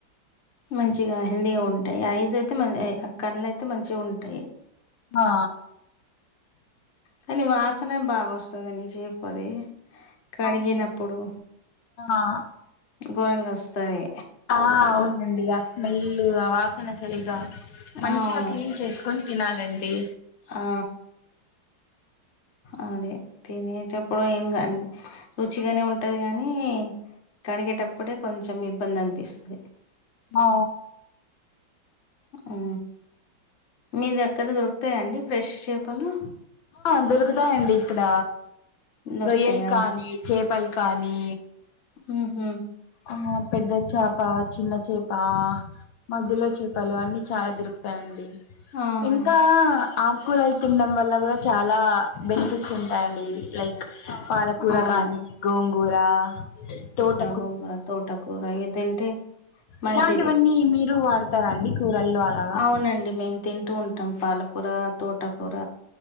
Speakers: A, on the left; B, on the left.
A: మంచిగా హెల్తీగా ఉంటాయి ఐజ్ అయితే మంచి కళ్లు అయితే మంచిగా ఉంటాయి
B: ఆ
A: కానీ వాసనే బాగా వస్తుందండి చేపోది కడిగినప్పుడు
B: అవునండి ఆ
A: ఘోరంగా వస్తది
B: ఆ అవునండి ఆ స్మెల్ ఆ వాసన సరిగా మంచిగా
A: అవును
B: క్లీన్ చేసుకొని తినాలండి
A: ఆ అదే తినేటప్పుడు ఏం కా రుచిగానే ఉంటది కాగానీ కడిగేటప్పుడే కొంచెం ఇబ్బంది అనిపిస్తుంది
B: ఆ
A: ఆ మీ దగ్గర దొరుకుతాయంండి ఫ్రెష్ చేపలో
B: ఆ దొరుకుతాయంండి ఇక్కడ
A: దొరుకుతాయా
B: రొయ్యల్ కానీ చేపలి కా కానీ
A: ఊహూ
B: ఆ పెద్ద చేప చిన్న చేప మధ్యలో చేపలు అన్నిీ చాలా దొరుకుతాయండి
A: ఆహా
B: ఇంకా ఆకూరలు తినడం వల్ల కూడా చాలా బెనిఫిట్స్ ఉంటాయండి లైక్ పాలకూరా
A: అవును
B: కానీ గోంగూరా తోట
A: గొంగర తోటకూర ఇదింటే మంచిది
B: ఇలాంటివన్నీ మీరు వాడతారా అండి కూరల్లో అలాగా
A: అవునండి మేము తి ఇంటు ఉంటాం పాలకూర తోటకూర